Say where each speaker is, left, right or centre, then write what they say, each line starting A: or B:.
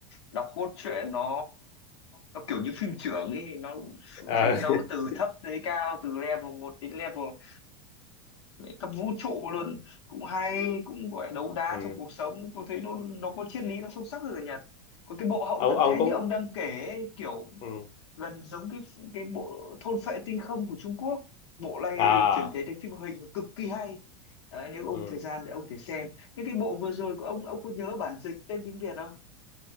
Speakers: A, on the left; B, on the left.
A: đọc cốt truyện nó nó kiểu như phim trưởng ấy nó
B: à,
A: phấn đấu từ
B: <laughs>
A: thấp tới cao từ level một đến level uh, cấp vũ trụ luôn cũng hay cũng gọi là đấu đá
B: ừ
A: trong cuộc sống tôi thấy nó nó có triết lý nó sâu sắc hơn ở Nhật có cái bộ hậu
B: ông
A: tận
B: ông
A: thế
B: cũng
A: như ông đang kể ấy, kiểu
B: ừ
A: gần giống cái cái bộ thôn phệ tinh không của Trung Quốc bộ này
B: à
A: chuyển thể thành phim hoạt hình cực kỳ hay đấy, nếu ông
B: ừ
A: có thời gian thì ông có thể xem những cái bộ vừa rồi của ông ông có nhớ bản dịch tên tiếng Việt không